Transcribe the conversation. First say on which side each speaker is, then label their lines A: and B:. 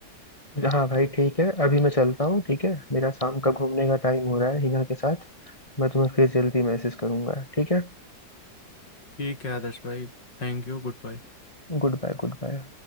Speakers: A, on the left; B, on the left.
A: हाँ भाई ठीक है अभी मैं चलता हूँ ठीक है मेरा शाम का घूमने का टाइम हो रहा है हिना के साथ तो मैं तुम्हें फिर जल्दी मैसेज करूंगा ठीक है
B: ठीक है आदर्श भाई थैंक यू गुड बाय
A: Good bye Good bye